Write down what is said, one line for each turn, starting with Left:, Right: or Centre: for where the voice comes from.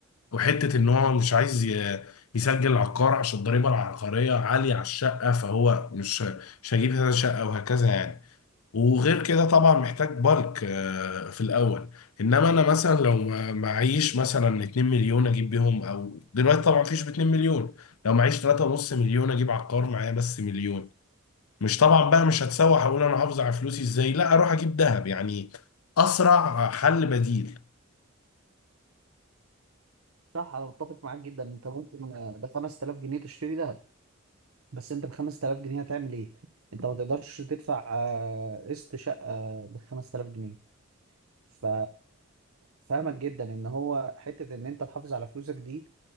Left: وحتة إن هو مش عايز ي... يسجل عقار عشان الضريبة العقارية عالية على الشقة فهو مش مش هجيب هذا الشقة وهكذا يعني وغير كده طبعا محتاج بالك آه، في الاول انما انا مثلا لو ما- معيش مثلا 2 مليون اجيب بيهم او دلوقتي طبعا مفيش ب 2 مليون لو معيش 3.5 مليون اجيب عقار معايا بس مليون مش طبعا بقى مش هتسوح اقول انا هحافظ على فلوسي ازاي لا اروح اجيب ذهب يعني اسرع حل بديل
Right: صح انا متفق معاك جدا انت ممكن آه، ب 5000 جنيه تشتري ذهب بس انت ب 5000 جنيه هتعمل ايه انت ما تقدرش تدفع آه، قسط شقة ب 5000 جنيه ف فاهمك جدا ان هو حتة ان انت تحافظ على فلوسك دي